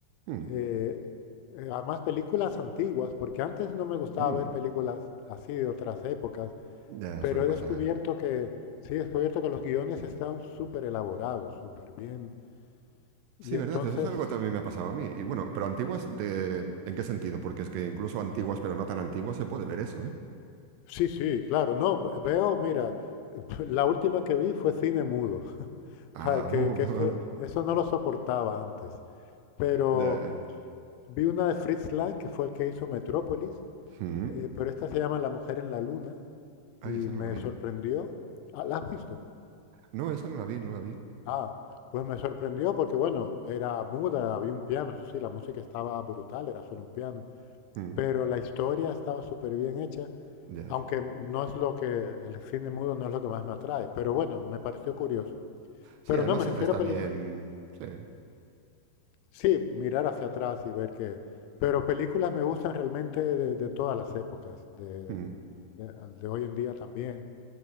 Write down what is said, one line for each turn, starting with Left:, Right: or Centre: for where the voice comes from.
Right: Mm,
Left: eh, eh, además películas antiguas, porque antes no me gustaba
Right: mm.
Left: ver películas así de otras épocas,
Right: Ya
Left: pero
Right: suele
Left: he
Right: pasar.
Left: descubierto que, sí, he descubierto que los guiones están súper elaborados, súper bien, y
Right: Sí, verdad,
Left: entonces
Right: eso es algo que también me ha pasado a mí. Y bueno, pero antiguas, de... ¿en qué sentido? Porque es que incluso antiguas, pero no tan antiguas, se puede ver eso, ¿eh?
Left: Sí, sí, claro. No, ve- veo, mira, <laughs> la última que vi fue cine mudo, <laughs>
Right: Ah,
Left: para que,
Right: <laughs> uh,
Left: que
Right: vale.
Left: eso, eso no lo soportaba antes. Pero
Right: Ya.
Left: vi una de Fritz Lang, que fue el que hizo Metrópolis,
Right: Mm.
Left: eh, pero esta se llama La mujer en la luna
Right: Ay,
Left: y
Right: esa
Left: me
Right: no la vi.
Left: sorprendió. Ah, ¿la has visto?
Right: No, esa no la vi, no la vi.
Left: Ah, pues me sorprendió porque, bueno, era muda, había un piano, eso sí, la música estaba brutal, era solo un piano,
Right: Mm,
Left: pero la historia estaba súper bien hecha.
Right: Ya.
Left: Aunque no es lo que, el cine mudo no es lo que más me atrae, pero bueno, me pareció curioso.
Right: Sí,
Left: Pero
Right: además
Left: no, me
Right: siempre
Left: refiero
Right: está
Left: a películas.
Right: bien. Sí.
Left: Sí, mirar hacia atrás y ver que... Pero películas me gustan realmente de, de todas las épocas, de,
Right: Mm.
Left: de, de hoy en día también.